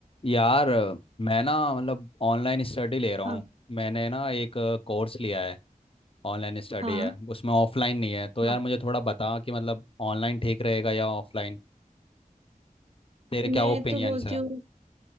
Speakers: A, on the left; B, on the right.
A: यार मैं ना मतलब ऑनलाइन स्टडी ले रहा हूँ
B: हाँ
A: मैंने ना एक कोर्स लिया है ऑनलाइन स्टडी
B: हाँ
A: है उसमें ऑफलाइन नहीं है तो यार
B: हाँ
A: मुझे थोड़ा बता कि मतलब ऑनलाइन ठीक रहेगा या ऑफलाइन तेरे क्या
B: मैं
A: ओपिनियंस
B: तो बोलती
A: है
B: हूँ